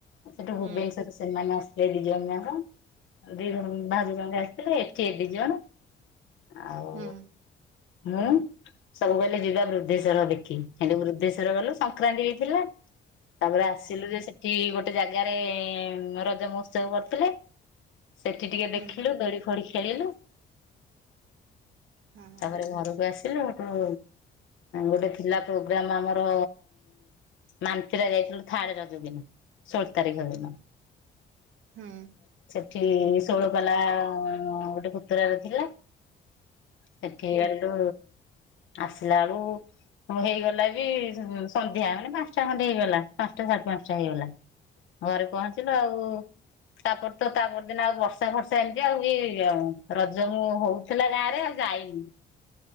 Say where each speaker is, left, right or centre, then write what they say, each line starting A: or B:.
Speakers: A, on the left (about 75°); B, on the right (about 85°).
A: ସେଠୁ
B: ହୁଁ
A: ଭୁବନେଶ୍ଵର ସେମାନେ ଆସିଥିଲେ। ଏ ଦି ଜଣ ଯା ଦି ବାହାର ଜଣେ ଆସିଥିଲେ ଏଠି ଏ ଦି ଜଣ। ଆଉ
B: ହୁଁ
A: ମୁ ସବୁବେଳେ ଯିବା ବୃଦ୍ଧେଶ୍ଵର ଦେଖି କିନ୍ତୁ ବୃଦ୍ଧେଶ୍ୱଵର ଗଲ ସଂକ୍ରାନ୍ତି ବି ଥିଲା ତାପରେ ଆସିଲୁ ଯେ ସେଠି ଗୋଟେ ଜାଗାରେ ରଜ ମହୋତ୍ସବ କରୁଥିଲେ। ସେଠି ଟିକେ ଦେଖିଲୁ
B: ହୁଁ
A: ଦୋଡି ଫୋଡି ଖେଳିଲୁ।
B: ହଁ
A: ତାପରେ ଘରକୁ ଆସିଲୁ ଆପଣ। ଗୋଟେ ଥିଲା ପ୍ରୋଗ୍ରାମ ଆମର ମାନ୍ତିରେ ଯାଇଥିଲୁ ଥାଳି ର ଯ ଦିନ ଷୋହଳ ତାରିଖ ହେ ମ
B: ହୁଁ।
A: ସେଠି ଷୋଳପାଲା ଗୋଟେ ପୁତୁରାର ଥିଲା। ସେଠି ହେଇ ଗୁ ଆସିଲା ବେଳୁ। ଆ ହେଇଗଲା ବି ସନ୍ଧ୍ୟା ମାନେ ପାଞ୍ଚଟା ଖଣ୍ଡେ ହେଇଗଲା ପାଞ୍ଚଟା ସାଢେ ପାଞ୍ଚଟା ହେଇଗଲା। ଘରେ ପହଞ୍ଚିଲୁ ଆଉ ତାପରେ ତ ତାପରେ ଦିନ ଆଉ ବର୍ଷା ଫର୍ଷା ଏମିତି ଆଉ କି ରଜ ମୁ ହଉଥିଲା ଗାଁ ରେ ଆଉ ଯାଇନି।